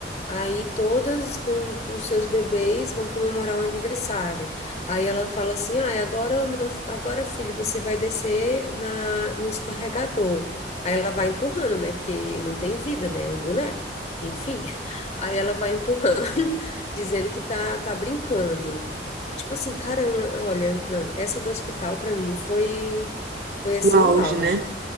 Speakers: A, on the left; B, on the right.
A: Aí todas com os seus bebês vão comemorar o aniversário. Aí ela fala assim: "Ah, agora meu, agora filho, você vai descer na no escorregador". Aí ela vai empurrando, né? Porque não tem vida, né? É um boneco. Enfim. <laughs> Aí ela vai empurrando, <laughs> dizendo que tá tá brincando. Tipo assim, cara, eu- olha, não, essa do hospital pra mim foi, foi assim,
B: o auge,
A: um auge.
B: né?